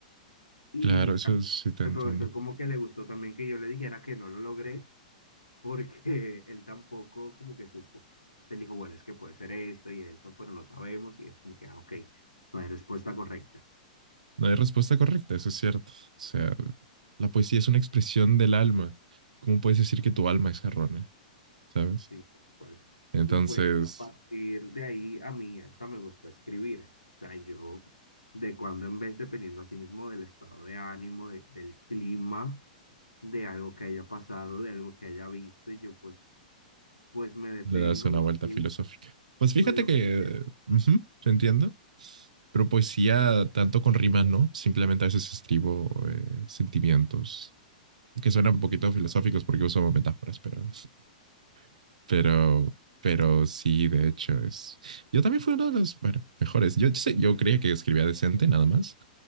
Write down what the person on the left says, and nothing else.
Y
a-
al
profesor como que le gustó también que yo le dijera que no lo logré porque él tampoco como que supo. Se dijo, bueno, es que puede ser esto y esto, pero no sabemos, y es como que, ah, ok, no es respuesta correcta.
Sí, tal cual.
Y pues a partir de ahí a mí hasta me gustó escribir. O sea, yo de cuando en vez, dependiendo así mismo del estado de ánimo, de- del clima, de algo que haya pasado, de algo que haya visto, y yo pues, pues me detengo
o
así,
con lo
que te...